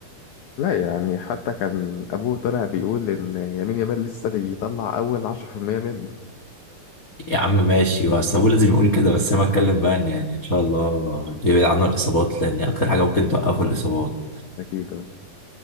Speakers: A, on the left; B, on the left.
A: لا يعني حتى كان أبوه طلع بيقول إن يمين يامال لسه بيطلع أول 10% منه
B: يا عم ماشي بس أبوه لازم يقول كده بس أنا بتكلم بقى إن يعني إن شاء الله يبعد عنه الإصابات لأن أكتر حاجة ممكن توقفه الإصابات
A: أكيد أه.